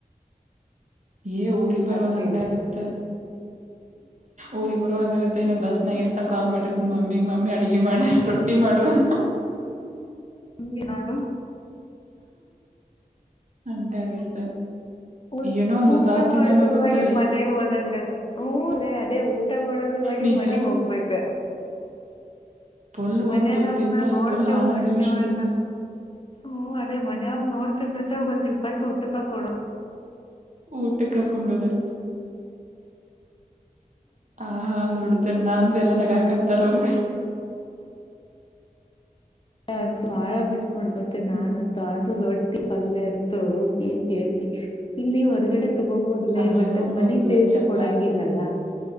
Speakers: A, on the right; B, on the left.
A: ಏ ಊರಿಗೆ ಬರುವವ
B: ರಾತ್ರಿ
A: ಹಂಗಗತ್ತ
B: <inaudible>
A: ಊರಿ ಇಬ್ಬರು ಹಂಗಗತ್ತ ಇನ ಬಸ್ನಾಗರ್ತ ಕಾಲ್ ಮಾಡಿರ್ತ ಮಮ್ಮಿಗ್ ಮಮ್ಮಿ ಅಡಗೆ ಮಾಡಿ ರೊಟ್ಟಿ ಮಾಡು <inaudible>
B: ನಿಮ್ಗೆ ನೋಡು
A: ಹಂಗಾಗತ್ತೆ
B: ಊಟ್
A: ಏನೋ ಒಂದ್ ಹೊಸ
B: ಊಟ
A: ತಿಂದಂಗ
B: ಮಾಡ ಸಲಮೆ
A: ಆಗುತ್ತಲ್ಲಿ
B: ಮನೆ ೋದಂಗದು ಹೂಲೆ ಅದೇ ಊಟ ಮಾಡೋದಲ್ವೆ
A: ನಿಜ
B: ಮನಗ್ ಹೋಗ್ಬೇಕ
A: ಪುಲ್
B: ಮನೆಯದವ್ರನ್ನ
A: ಒಂದ್ ತುತ್ ತಿಂದ್ಮೇಲೆ
B: ನೋಡ್ತೆೇವ
A: ಅದ್ ಪುಲ್ ಆನಂದ
B: ಬಿಡ್ತೇವ
A: ಅನಿಸ್ಬಿಡುತ್ತೆ
B: ಎಲ್ಲ ಹ್ಮ ಅದೇ ಮನವದ ನೋಡ್ತ ಬಿಡ್ತೆ ಹೋಗತಿಲ್ ಫಸ್ಟ್ ಊಟಕ ಕೊಡ
A: ಊಟಕ್ಕ ಕೊೊಂಡಿದೆ ಹ ಹ ಅಂದ್ಬ ಬಿಡ್ತೇನೆ ನ ಅಂತ ಎಲ್ಲ ನಗ ಹಾಕತ್ತಾರ ಅವ್ರರು
B: ಒಂದಸ ಭಾಳ ಮಿಸ್ ಮಾಡ್ಕೊತೇನಿ
A: ಹ್ಮ್
B: ನಾನನ್ ಅದ ಅ ಟ್ಟಿ ಪಲ್ಲಯ ಅಂತ ಏನ್ ಕೇಳ್ತಿ ಇಲ್ಲಿ ಹೊರ್ಗಡೆ ತಗೋಬೋದ್ಲೆ
A: ಅದ್ರಾಗೂ
B: ಬಟ್
A: ಮೊದ್ಲು
B: ಮನಿ ಟೇಸ್ಟ್
A: ಚಪಾತಿ
B: ಕೊಡಂಗಿಲ್ಲಲ್ಲ